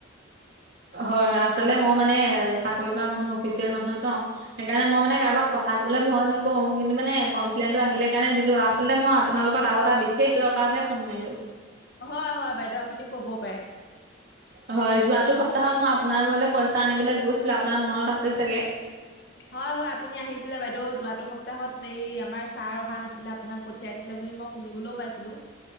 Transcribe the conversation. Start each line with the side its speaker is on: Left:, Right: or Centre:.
Right: হয় হয় আচলতে মই মানে চাকৰি কৰা মানুহ অফিচিয়েল মানুহ ত সেইকাৰণে মই মানে কাৰোবাক কথা কবলৈ ভয় নকৰোঁ, কিন্তু মানে কমপ্লেইনটো আহিলে কাৰণে দিলোঁ, আচলতে মই আপোনালোকত আৰু এটা বিশেষ দৰকাৰতহে ফোন মাৰিলোঁ।
Left: হয় হয় বাইদেউ, আপুনি ক'ব পাৰে।
Right: হয়, যোৱাটো সপ্তাহত মই আপোনাৰ ঘৰলৈ পইচা আনিবলৈ গৈছিলোঁ, আপোনাৰ মনত আছে চাগে?
Left: <inaudible> হয় হয়, আপুনি আহিছিলে বাইদেউ, যোৱাটো সপ্তাহত এই আমাৰ ছাৰ অহা নাছিলে আপোনাক পঠিয়াইছিলে বুলি মোক শুনিবলৈও পাইছিলোঁ।